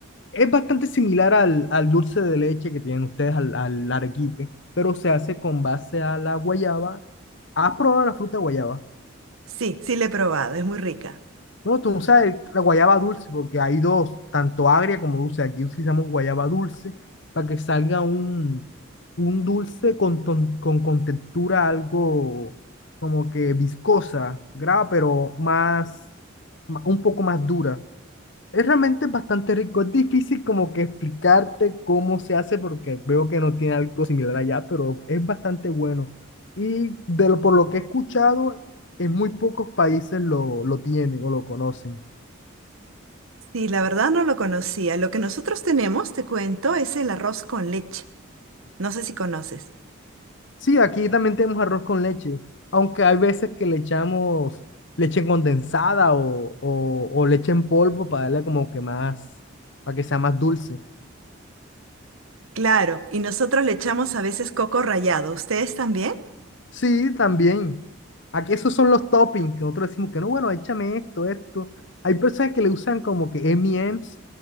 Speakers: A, on the left; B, on the right.
A: es bastante similar al, al dulce de leche que tienen ustedes, al, al arequipe, pero se hace con base a la guayaba. ¿Has probado la fruta guayaba?
B: Sí, sí le he probado, es muy rica.
A: No, tú no sabes la guayaba dulce, porque hay dos, tanto agria como dulce. Aquí utilizamos guayaba dulce para que salga un, un dulce con, ton- con, con textura algo como que viscosa, grave, pero más, ma- un poco más dura. Es realmente bastante rico. Es difícil como que explicarte cómo se hace porque veo que no tiene algo similar allá, pero es bastante bueno. Y de lo, por lo que he escuchado, en muy pocos países lo, lo tienen o lo conocen.
B: Sí, la verdad no lo conocía. Lo que nosotros tenemos, te cuento, es el arroz con leche. No sé si conoces.
A: Sí, aquí también tenemos arroz con leche, aunque hay veces que le echamos leche condensada o, o, o leche en polvo para darle como que más, para que sea más dulce.
B: Claro, y nosotros le echamos a veces coco rallado. ¿Ustedes también?
A: Sí, también. Aquí esos son los toppings, que nosotros decimos que no, bueno, échame esto, esto. Hay personas que le usan como que M&M's